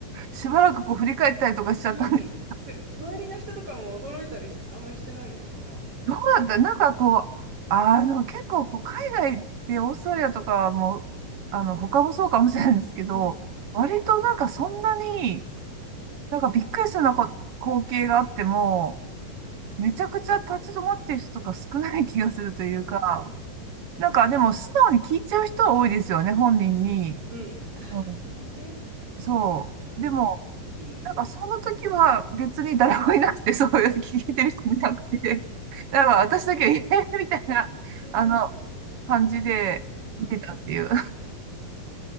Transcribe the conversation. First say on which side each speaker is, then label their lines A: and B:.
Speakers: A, on the right; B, on the right.
A: しばらくこう振り返ったりとかしちゃったんです。
B: うん。周りの人とかも驚いたりし、あんまりしてないのかな。
A: どうだったなんかこう、あの、結構こう、海外ってオーストラリアとかも、あの、他もそうかもしれないんですけど、
B: うん。
A: 割となんかそんなに、なんかびっくりするようなこ光景があっても、めちゃくちゃ立ち止まってる人とか少ない気がするというか、なんかでも素直に聞いちゃう人は多いですよね、本人に。
B: うん。ああ、
A: うん、
B: なるほどね。
A: そう。
B: あの、
A: でも、
B: ヤギです。
A: なんかその時は別に誰もいなくて、そういう聞いてる人もいなくて、だから私だけ、えーみたいな、
B: えー、
A: あの、感じで見てたっていう。
B: うん。